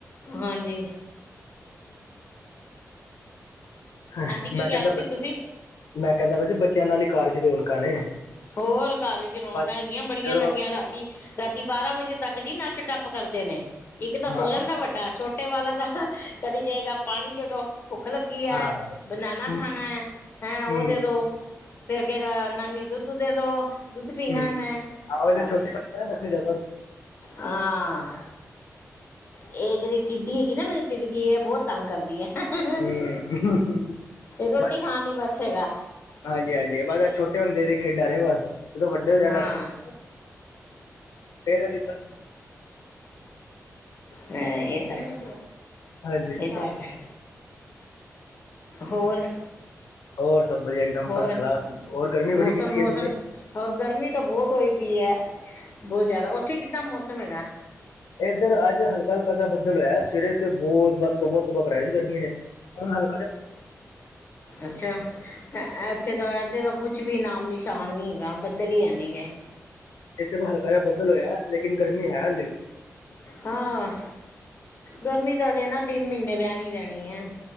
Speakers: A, on the left; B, on the left.
A: ਹਾਂਜੀ
B: ਹਮ
A: ਹਾਂਜੀ ਕੀ
B: ਮੈਂ
A: ਕਹਿ
B: ਕਹਿੰਦਾ
A: ਰਹੇ
B: ਪਿਆ
A: ਸੀ ਤੁਸੀਂ
B: ਮੈਂ ਕਹਿੰਦਾ ਪਿਆ ਸੀ ਬੱਚਿਆਂ ਨਾਲ ਹੀ ਕਾਰ 'ਚ ਰੌਣਕਾਂ ਨੇ
A: ਹੋਰ ਘਰ ਵਿੱਚ ਰੌਣਕਾਂ
B: ਬਸ
A: ਹੈਗੀਆਂ ਬੜੀਆਂ
B: ਜਦੋਂ
A: ਲੱਗੀਆਂ ਰਾਤ ਤੀ ਰਾਤੀ ਬਾਰਾਂ ਵਜੇ ਤੱਕ ਜੀ ਨੱਚ ਟੱਪ ਕਰਦੇ ਨੇ ਇੱਕ ਤਾਂ ਸੋ
B: ਹਾਂ
A: ਜਾਂਦਾ ਵੱਡਾ ਛੋਟਾ ਛੋਟੇ ਵਾਲਾ ਤਾਂ ਕਦੀ ਕਹੇਗਾ ਪਾਣੀ ਦੇ ਦੋ ਭੁੱਖ ਲੱਗੀ ਹੈ
B: ਹਾਂ
A: ਬਨਾਨਾ
B: ਹੂੰ
A: ਖਾਣਾ ਹੈ, ਹੈਂ ਉਹ
B: ਹੂੰ
A: ਦੇ ਦੋ, ਫੇਰ ਕਹੇਗਾ ਨਾਨੀ ਦੁੱਧ ਦੇ ਦੋ ਦੁੱਧ ਪੀਣਾ
B: ਹੂੰ
A: ਮੈਂ
B: ਆਹੋ ਇਹਦੇ
A: ਬਸ
B: ਛੋਟੇ ਬੱਚੇ ਨਾ ਨਖਰੇ ਜ਼ਿਆਦਾ
A: ਹਾਂ ਇਹ ਜਿਹੜੀ ਟਿੱਡੀ ਹੈਗੀ ਨਾ ਮੇਰੀ ਟਿੱਡਕੀ ਏ ਬਹੁਤ ਤੰਗ ਕਰਦੀ ਹੈ
B: ਹੁੰਦੇ ਹੂੰ
A: ਰੋਟੀ
B: ਬਸ
A: ਖਾਣ ਲਈ ਬਸ ਹੈਗਾ
B: ਹਾਂਜੀ ਹਾਂਜੀ ਬਸ ਛੋਟੇ ਹੁੰਦੇ ਦੇ ਖੇਡਾਂ ਨੇ ਬਸ ਜਦੋਂ ਵੱਡੇ ਹੋ ਜਾਣਾ
A: ਹਾਂ
B: ਫੇਰ ਅਸੀ ਤਾਂ
A: ਹੈੰ ਇਹ ਤਾਂ ਹੈ
B: ਹਾਂਜੀ
A: ਇਹ ਤਾਂ ਹੈ ਹੋਰ
B: ਹੋਰ ਸਭ ਵਧੀਆ ਇੱਕਦਮ
A: ਹੋਰ,
B: ਫਸਟ ਕਲਾਸ ਹੋਰ ਗਰਮੀ
A: ਮੌਸਮ
B: ਬੜੀ ਕੀਤੀ
A: -ਮੌਸਮ,
B: ਹੈ ਤੁਸੀਂ
A: ਹੋਰ ਗਰਮੀ ਤਾਂ ਬੌਤ ਹੋਈ ਪੀ ਐ, ਬੌਤ ਜਾਦਾ, ਉੱਥੇ ਕਿੱਦਾਂ ਮੌਸਮ ਹੈਗਾ?
B: ਏਧਰ ਅੱਜ, ਹਲਕਾ -ਹਲਕਾ ਜਾ ਬੱਦਲ ਹੋਏਆ, ਸਵੇਰੇ ਤੇ ਬੌਤ ਤੌਬਾ -ਤੌਬਾ, ਤੌਬਾ ਕਰਾਈ ਗਰਮੀ ਨੇ, ਹੁਣ ਹਲ
A: ਅੱਛਾ। ਏਥੇ ਤਾਂ- ਏਥੇ ਤਾਂ, ਕੁਛ ਵੀ ਨਾਮ ਨਿਸ਼ਾਨ ਨੀਂ ਹੈਗਾ ਬੱਦਲ ਈ ਐ ਨੀਂ ਗੇ।
B: ਇੱਥੇ, ਹਲਕਾ ਜੇਆ ਬਦਲ ਹੋਏਆ, ਲੇਕਿਨ ਗਰਮੀ ਹੈ ਹਲੇ ਵੀ।
A: ਹਾਂ, ਗਰਮੀ ਤਾਂ ਅਜੇ ਨਾ ਤਿੰਨ ਮੀਨੇ ਰੈਣੀ -ਰੈਣੀ ਐ।